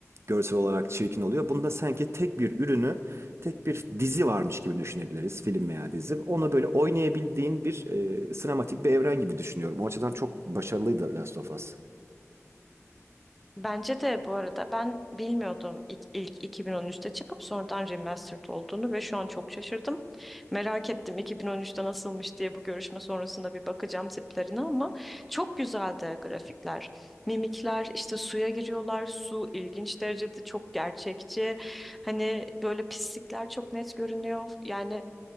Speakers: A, on the right; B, in the centre.
A: görsel olarak çirkin oluyor. Bunda sanki tek bir ürünü, tek bir dizi varmış gibi düşünebiliriz. Film veya dizi. Onu böyle oynayabildiğin bir e, sinematik bir evren gibi düşünüyorum. O açıdan çok başarılıydı Last of Us.
B: Bence de bu arada ben bilmiyordum ilk, ilk 2013'te çıkıp sonradan remastered olduğunu ve şu an çok şaşırdım. Merak ettim 2013'te nasılmış diye bu görüşme sonrasında bir bakacağım tiplerine ama çok güzeldi grafikler. Mimikler işte suya giriyorlar. Su ilginç derecede çok gerçekçi. Hani böyle pislikler çok net görünüyor. Yani